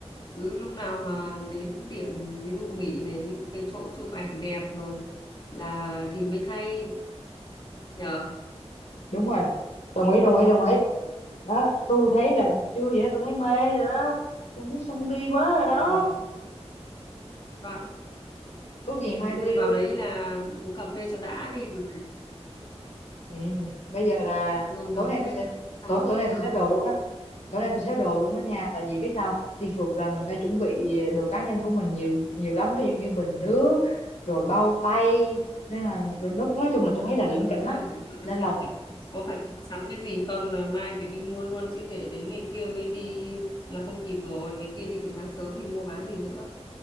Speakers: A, on the left; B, on the left.
A: cứ lúc nào mà đến điểm ví dụ nghỉ này những cái chỗ chụp ảnh đẹp rồi là thì mới thay nhờ.
B: đúng rồi đồng ý đồng ý đồng ý đó tôi thấy là chưa vậy tôi thấy mê rồi đó tôi muốn sung đi quá rồi đó
A: Rồi, vào
B: tốt gì mai
A: ui
B: tôi đi luôn
A: vào đấy là uống cà phê cho đã đi rồi.
B: ừ. bây giờ là
A: Nôn
B: tối
A: nóng
B: nay
A: thế.
B: tôi sẽ
A: Sáu
B: tối, tối
A: thứ
B: nay
A: sáu.
B: tôi xếp đồ luôn á tối nay tôi xếp đồ luôn á nha tại vì biết sao đi phượt là mình phải chuẩn bị đồ cá nhân của mình nhiều nhiều lắm ví dụ như bình nước rồi bao tay nên là nói, nói chung là tôi thấy là lỉnh
A: ừ
B: kỉnh
A: ha
B: lắm
A: phải thử
B: nên
A: em xem
B: là
A: phải, có phải mua sắm cái gì không là mai phải đi mua luôn chứ để đến ngày kia mới đi là không kịp rồi ngày kia đi từ sáng sớm thì mua bán gì nữa